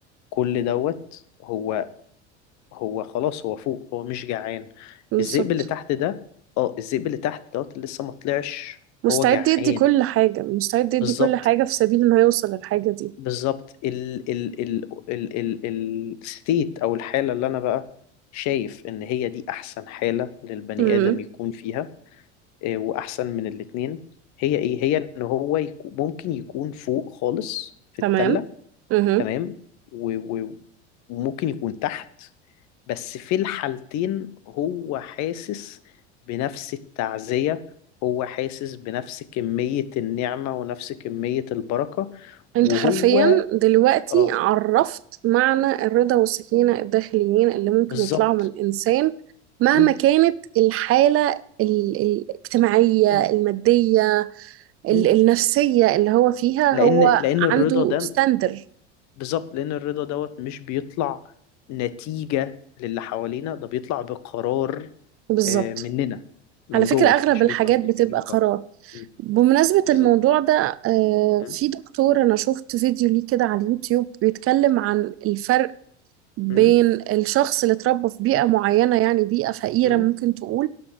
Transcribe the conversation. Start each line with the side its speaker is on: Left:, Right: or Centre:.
Left: كل دوت هو هو خلاص هو فوق هو مش جعان
Right: بالظبط
Left: الذئب اللي تحت ده اه الذئب اللي تحت دوت اللي لسه ما طلعش
Right: مستعد
Left: هو جعان
Right: يدي كل حاجة مستعد يدي
Left: بالظبط
Right: كل حاجة في سبيل انه يوصل للحاجة دي
Left: بالظبط ال ال ال ال ال الستيت او الحاله اللي انا بقى شايف ان هي دي احسن حاله للبني
Right: امم
Left: ادم يكون فيها إيه، واحسن من الاتنين هي ايه هي ان هو يكون ممكن يكون فوق خالص في
Right: تمام
Left: التله
Right: امم
Left: تمام و- و- وممكن يكون تحت بس في الحالتين هو حاسس بنفس التعزيه هو حاسس بنفس كميه النعمه ونفس كميه البركه
Right: انت
Left: وهو
Right: حرفيا دلوقتي
Left: اه
Right: عرفت معنى الرضا والسكينة الداخليين اللي ممكن
Left: بالظبط
Right: يطلعوا من انسان مهما
Left: مم.
Right: كانت الحالة ال- الاجتماعية
Left: اه
Right: المادية ال-
Left: مم.
Right: النفسية اللي هو فيها
Left: لان
Right: هو
Left: لان الرضا
Right: عنده
Left: ده
Right: ستاندر
Left: بالظبط لان الرضا دوت مش بيطلع نتيجة للي حوالينا ده بيطلع بقرار
Right: بالظبط
Left: آه، مننا من
Right: على فكرة
Left: جوه
Right: أغلب
Left: مش
Right: الحاجات
Left: بيطلع مش
Right: بتبقى
Left: بيجي من
Right: قرار
Left: بره مم.
Right: بمناسبة
Left: بالظبط
Right: الموضوع ده آه،
Left: مم.
Right: في دكتور أنا شفت فيديو ليه كده على اليوتيوب بيتكلم عن الفرق بين
Left: مم.
Right: الشخص اللي اتربى في بيئة معينة يعني بيئة فقيرة
Left: مم.
Right: ممكن تقول